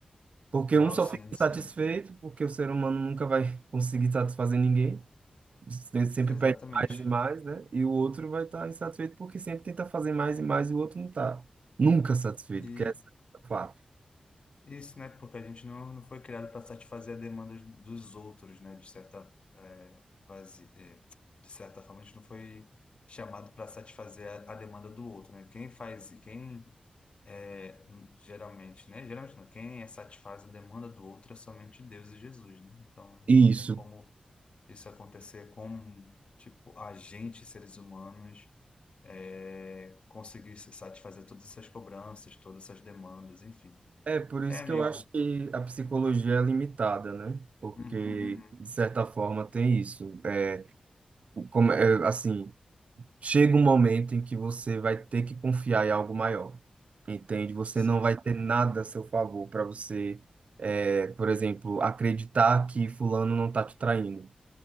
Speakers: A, on the right; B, on the left.
A: Porque
B: Não,
A: um só
B: sim,
A: fica insatisfeito,
B: sim.
A: porque o ser humano nunca vai conseguir satisfazer ninguém, você sempre
B: Exatamente.
A: pede mais e mais, né? E o outro vai estar insatisfeito porque sempre tenta fazer mais e mais e o outro não está nunca satisfeito,
B: E
A: que esse é o fato.
B: Isso, né? Porque a gente não, não foi criado para satisfazer a demanda dos outros, né? De certa, é, quase, é, de certa forma, a gente não foi chamado para satisfazer a, a demanda do outro, né? Quem faz, quem é, geralmente, né? Geralmente não, quem é satisfaz a demanda do outro é somente Deus e Jesus, né? Então,
A: Isso.
B: não tem como isso acontecer com, tipo, a gente, seres humanos, é, conseguir se satisfazer todas essas cobranças, todas essas demandas, enfim.
A: É por isso
B: É, amigo.
A: que eu acho que a psicologia é limitada, né? Porque,
B: Uhum, uhum.
A: de certa forma, tem isso. É, como, é, assim, chega um momento em que você vai ter que confiar em algo maior, entende? Você
B: Sim.
A: não vai ter nada
B: sim.
A: a seu favor para você, é, por exemplo, acreditar que fulano não está te traindo.